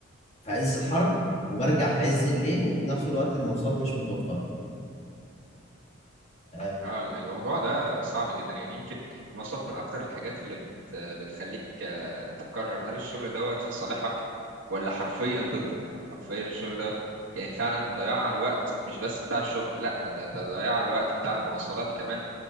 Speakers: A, on the left (about 35°); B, on the right (about 80°).
A: في عز الحر وبرجع في عز الليل وفي نفس الوقت المواصلات مش متوفرة آه،
B: اه الموضوع ده صعب جدا يعني يمكن المواصلات من اكتر الحاجات اللي بت بتخليك آه، تقرر هل الشغل دوت في صالحك ولا حرفيا ضدك حرفيا الشغل دوت يعني فعلا ضياع الوقت مش بس بتاع الشغل لا ده ده ضياع الوقت بتاع المواصلات كمان